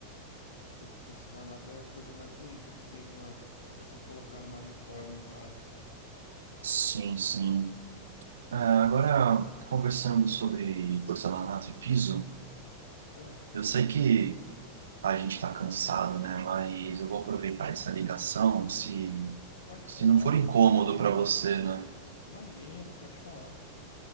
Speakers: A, on the left; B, on the right.
A: putz, porcelanato é a coisa mais bonita que tem numa, pra se colocar numa reforma em casa.
B: Sim, sim. Ah, agora, conversando sobre porcelanato e piso,
A: Ah,
B: Eu sei que a gente está cansado, né? Mas eu vou aproveitar essa ligação, se,
A: pode
B: se
A: falar,
B: não for
A: tranquilo.
B: incômodo para você, né?
A: Imagina, pode falar.